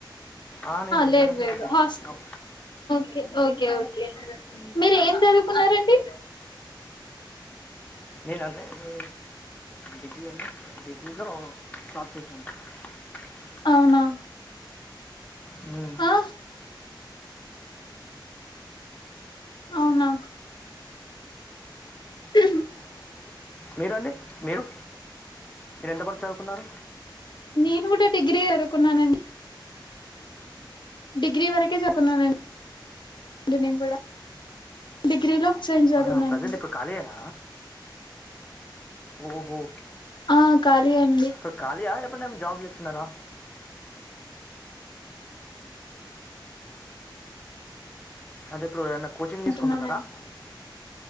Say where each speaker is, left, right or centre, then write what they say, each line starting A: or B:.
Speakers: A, on the left; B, on the left.
A: ఆ నేను తిన్నానన్నడి
B: లేదు లేదు హాస్
A: తినం
B: ఓకే ఓకే మీరు ఏం చదువుకున్నారండి.
A: నేనా అండి డిగ్రీ అని డిగ్రీ లో స్త్ సంఖ <unintelligible>
B: అవునా
A: హ్మ్
B: ఆ అవునా <unintelligible>
A: మీరు అండి మీరు మీరు ఎంతవరకు చదువుకున్నారు.
B: నేను కూడా డిగ్రీ చదువుకున్నానండి. డిగ్రీ వరకే చకున్నానండి నేను కూడా డిగ్రీలో సైన్స్ చదువుకున్నానండి
A: ఆ ప్రెసెంట్ ఇప్పుడు ఖాళీ ఎన ఓహో
B: ఆ ఖాళీ అండి
A: ఇప్పుడు ఖాళీ ఆ ఎప్పుడు ఏమి జాబ్ చేస్తున్నారా. అంటే ఇప్పుడు ఏమైన్న కోచింగ్ తీసుకుంటున్నారా
B: ఉంటున్నానండి